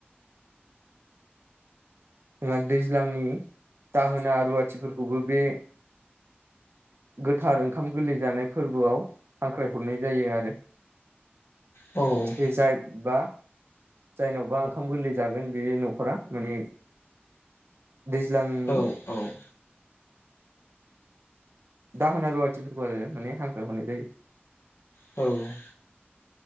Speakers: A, on the right; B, on the left.
A: जोंहा दैज्लांनि जाहोना रुवाथिफोरखौबो बे गोथार ओंखाम गोरलै जानाय फोरबोआव हांख्रायहरनाय जायो आरो।
B: औ
A: बे जायबा जायनावबा ओंखाम गोरलै जागोन बे न'खरा माने दैज्लांनि
B: औ औ
A: दाहोना रुवाथिफोरखौ आरो माने हांख्राय हरनाय जायो।
B: औ